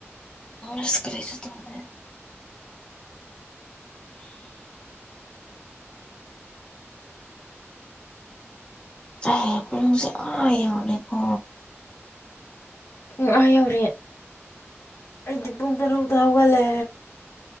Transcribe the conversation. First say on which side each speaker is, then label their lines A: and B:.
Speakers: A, on the left; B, on the left.
A: ꯑꯁ ꯀꯔꯤꯁꯨ ꯇꯧꯗꯦ ꯑꯩ ꯄꯨꯡꯁꯦ ꯑꯥ ꯌꯧꯔꯦꯀꯣ
B: ꯄꯨꯡ ꯑꯥ ꯌꯧꯔꯦ ꯑꯩꯗꯤ ꯄꯨꯡ ꯇꯥꯔꯨꯛꯇꯥ ꯍꯧꯒꯠꯂꯦ